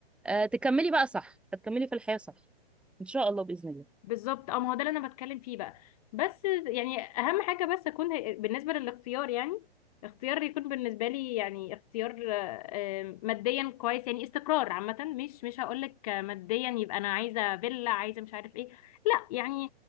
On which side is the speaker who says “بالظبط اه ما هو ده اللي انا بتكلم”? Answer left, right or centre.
Left